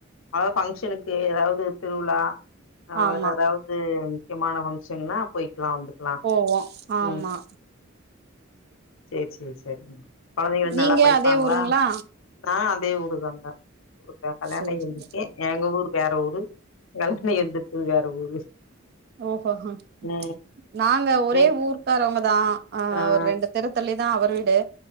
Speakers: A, on the left; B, on the right.
A: அத பங்க்ஷனுக்கு எதாவது திருவிழாஅ
B: ஆமா
A: வேற எதாவது து முக்கியமான பங்ஷன்னா போய்க்லா வந்துக்லா
B: போவோ ஆமா
A: ம் சர் சர் சர் கொழந்தைங்க
B: நீங்க
A: நல்லா படிப்பாங்களா
B: அதே ஊருங்களா
A: நான் அதே ஊருதாங்க இப்போ கல்யாணயி
B: சேரி சேரி
A: வந்திருக்கே எங்க ஊர் வேற ஊரு கல்லானாயி வந்துருக்குறது வேற ஊரு
B: ஓஹோஹ
A: ம்
B: நாங்க ஒரே
A: எங்
B: ஊர்க்காரவங்கதா அ
A: ஆ
B: ஒரு ரெண்டு தெருத்தள்ளிதா அவர் வீடு